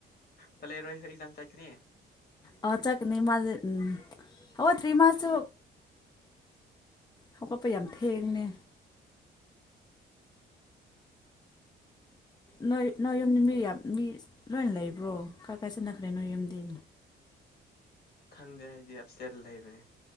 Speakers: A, on the left; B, on the left.
A: ꯀꯂꯦꯔꯣꯢꯁꯦ ꯑꯩ ꯑꯦꯛꯖꯥꯝ ꯆꯠꯀꯅꯤ
B: ꯑꯣ ꯆꯠꯀꯅꯤ ꯃꯁꯨ ꯑꯣ ꯍꯧꯒꯠꯇꯔꯤ ꯃꯥꯁꯨ ꯍꯧꯒꯠꯄ ꯌꯥꯝ ꯊꯦꯡꯅꯦ ꯅꯣꯏ ꯅꯣꯏ ꯌꯨꯝꯗ ꯃꯤ ꯌꯥꯝ ꯃꯤ ꯂꯣꯏꯅ ꯂꯩꯕ꯭ꯔꯣ ꯀꯥꯏ ꯀꯥꯏ ꯆꯟꯅꯈ꯭ꯔꯦ ꯅꯣꯏ ꯌꯨꯝꯗꯤ
A: ꯈꯪꯗꯦ ꯍꯥꯏꯗꯤ ꯑꯞꯁꯦꯟ ꯂꯩꯔꯦ